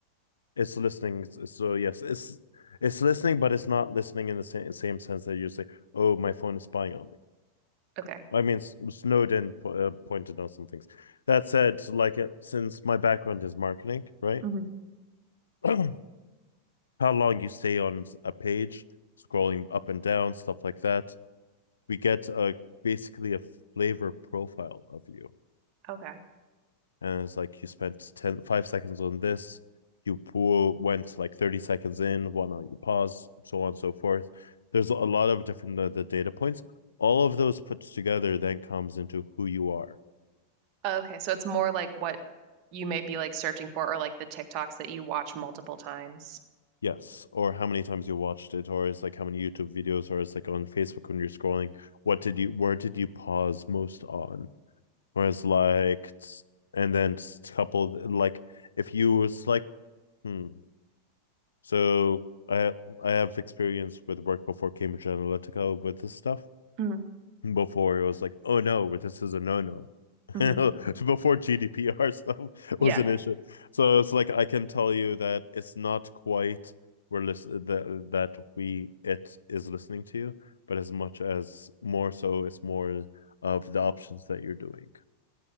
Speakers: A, on the left (about 70°); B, on the right (about 40°).
A: it's listening. So yes, it's it's listening, but it's not listening in the same same sense that you say, "Oh, my phone is spying on me."
B: Okay.
A: I mean, Snowden po- uh, pointed out some things. That said, like it, since my background is marketing, right?
B: hmm
A: <clears throat> how long you stay on a page, scrolling up and down, stuff like that. We get a basically a flavor profile of you,
B: Okay.
A: and it's like you spent ten five seconds on this. You pull, went like thirty seconds in, whatnot. You pause, so on and so forth. There's a lot of different uh, the data points. All of those put together then comes into who you are.
B: Okay. So it's more like what you might be like searching for or like the TikToks that you watch multiple times.
A: Yes, or how many times you watched it, or it's like how many YouTube videos, or it's like on Facebook when you're scrolling, what did you, where did you pause most on? Whereas like, and then s- coupled like if you was like, hmm. So I I have experience with work before Cambridge Analytica with this stuff.
B: hmm
A: Before it was like, oh no, this is a no no.
B: hmm
A: <laughs> before GDPR stuff
B: Yeah.
A: was an issue. So it's like I can tell you that it's not quite we're listen that that we it is listening to you, but as much as more so, it's more of the options that you're doing,